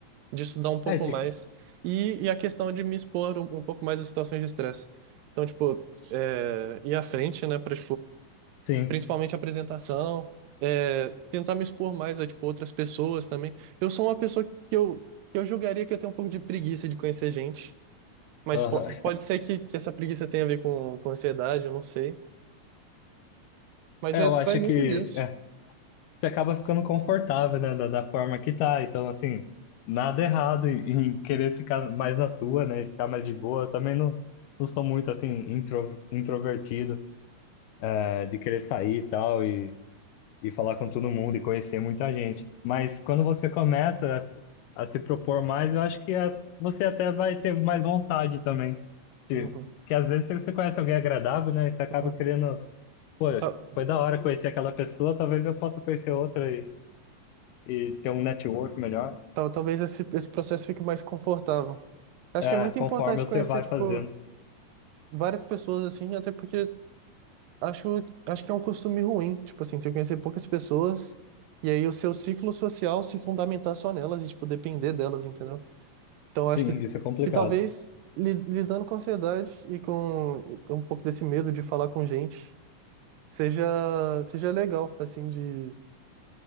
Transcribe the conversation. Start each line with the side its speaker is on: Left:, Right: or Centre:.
Right: de estudar um pouco
Left: É isso,
Right: mais. E, e a questão de me expor um, um pouco mais a situações de estresse. Então, tipo, é, ir à frente, né, para,
Left: sim,
Right: principalmente apresentação, é, tentar me expor mais a, tipo, outras pessoas também. Eu sou uma pessoa que eu, que eu julgaria que eu tenho um pouco de preguiça de conhecer gente, mas
Left: aham.
Right: po- pode ser que, que essa preguiça tenha a ver com, com ansiedade, eu não sei. Mas
Left: É,
Right: é,
Left: eu acho
Right: vai muito
Left: que
Right: disso.
Left: é, você acaba ficando confortável, né, da, da forma que tá. Então, assim, nada errado em, em querer ficar mais na sua, né, e ficar mais de boa. Eu também não, não sou muito, assim, intro, introvertido, eh, de querer sair e tal, e, e falar com todo mundo e conhecer muita gente. Mas quando você começa a, a se propor mais, eu acho que eh, você até vai ter mais vontade também. Se-
Right: Uhum,
Left: Porque às vezes você conhece alguém agradável, né, e você acaba
Right: uhum.
Left: querendo, pô,
Right: Tal-
Left: foi da hora conhecer aquela pessoa, talvez eu possa conhecer outra e ter um network melhor,
Right: tal- talvez esse, esse processo fique mais confortável. Acho
Left: é,
Right: que é muito
Left: conforme
Right: importante conhecer,
Left: você vai
Right: tipo,
Left: fazendo.
Right: várias pessoas, assim, até porque acho, acho que é um costume ruim. Tipo assim, você conhecer poucas pessoas e aí o seu ciclo social se fundamentar só nelas e, tipo, depender delas, entendeu? Então, acho
Left: Sim,
Right: que,
Left: isso é complicado.
Right: que talvez li- lidando com a ansiedade e com um pouco desse medo de falar com gente seja, seja legal, assim, de.